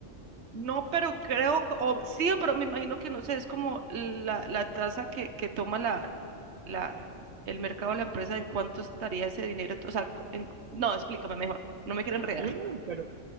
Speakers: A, on the right (about 60°); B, on the right (about 40°).
A: No, pero creo, que- o, sí, pero me imagino que no sé, es como la, la tasa que, que toma la, la, el mercado, la empresa, en cuánto estaría ese dinero. O sea, cu- en- no, explícame mejor, no me quiero enredar.
B: No, no, pero